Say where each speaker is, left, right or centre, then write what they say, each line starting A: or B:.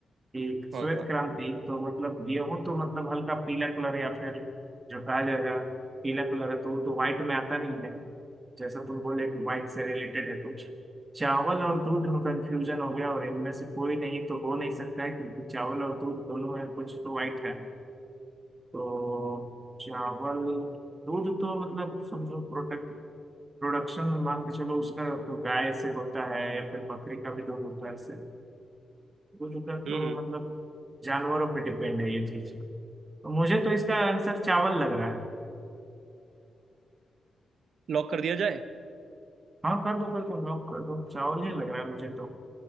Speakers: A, on the right; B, on the right.
A: ठीक
B: हाँ
A: श्वेत
B: हाँ
A: क्रांति तो मतलब गेहूं तो मतलब हल्का पीला कलर या फिर जो कहा जाएगा पीला कलर है तो वो तो व्हाइट में आता नहीं है जैसा तुम बोले कि व्हाइट से रिलेटेड है कुछ चावल और दूध में कंफ्यूजन हो गया और इनमें से कोई नहीं तो हो नहीं सकता है क्योंकि चावल और दूध दोनों में कुछ तो व्हाइट है तो चावल दूध तो मतलब समझो प्रोडक्ट प्रोडक्शन मान के चलो उसका तो गाय से होता है या फिर बकरी का भी दूध होता है इससे दूध का तो
B: हम्म हम्म
A: मतलब जानवरों पे डिपेंड है ये चीज तो मुझे तो इसका आंसर चावल लग रहा है
B: लॉक कर दिया जाए
A: हाँ कर दो कर दो लॉक कर दो चावल ही लग रहा है मुझे तो